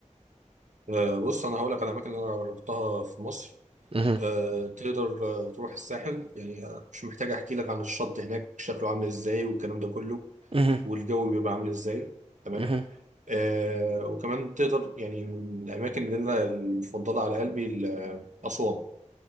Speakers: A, on the right; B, on the right.
A: آه، بص انا هقول لك على الاماكن اللي انا رحتها في مصر
B: مهم.
A: آه، تقدر آه، تروح الساحل يعني آه، مش محتاج احكي لك عن الشط هناك شكله عامل ازاي والكلام ده كله
B: مهم.
A: والجو بيبقى عامل ازاي تمام
B: مهم.
A: آه وكمان تقدر يعني من الأماكن اللي أنا المفضلة على قلبي ال- أسوان